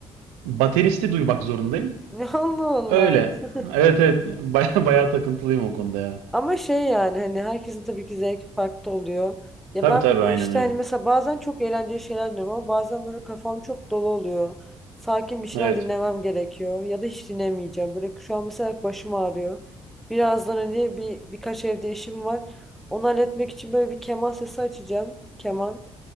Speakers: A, on the right; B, in the centre.
A: bateristi duymak zorundayım.
B: <laughs> Allah Allah.
A: Öyle.
B: <laughs>
A: Evet evet <laughs> baya baya takıntılıyım o konuda ya.
B: Ama şey yani hani herkesin tabii ki zevki farklı oluyor. Ya
A: Tabii
B: ben
A: tabii
B: e,
A: aynen
B: işte
A: öyle.
B: hani mesela bazen çok eğlenceli şeyler dinliyorum ama bazen böyle kafam çok dolu oluyor. Sakin bir şeyler
A: Evet.
B: dinlemem gerekiyor ya da hiç dinlemeyeceğim. Böyle şu an mesela başım ağrıyor. Birazdan hani bir birkaç evde işim var. Onu halletmek için böyle bir keman sesi açacağım. Keman.